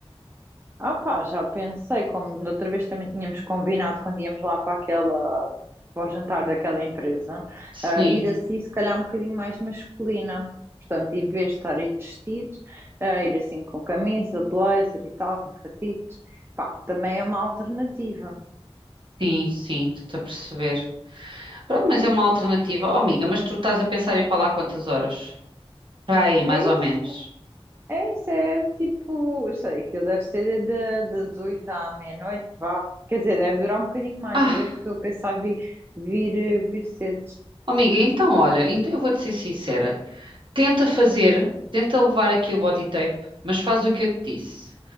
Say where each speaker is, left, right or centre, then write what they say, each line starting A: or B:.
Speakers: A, on the right; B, on the right.
A: Ah pá, já pensei, como da outra vez também tínhamos combinado quando íamos lá para aquela, para o jantar daquela empresa,
B: Sim,
A: ah, ir assim se calhar um bocadinho mais masculina. Portanto, em vez de estar aí de vestidos, ah, ir assim com camisa, blazer e tal, com fatitos, pá, também é uma alternativa.
B: sim, sim, estou-te a perceber. Pronto, mas é uma alternativa. Oh, amiga, mas tu estás a pensar em ir para lá quantas horas? Para aí, mais
A: É
B: ou
A: isso,
B: menos.
A: é isso, é tipo, eu sei, aquilo deve ser de, de- das oito à meia-noite, vá. Quer dizer, deve durar um bocadinho mais,
B: Ah,
A: eu é que estou a pensar vir, vir, eh, vir cedo.
B: oh, amiga, então olha, então eu vou-te ser sincera. Tenta fazer, tenta levar aqui o body tape, mas faz o que eu te disse.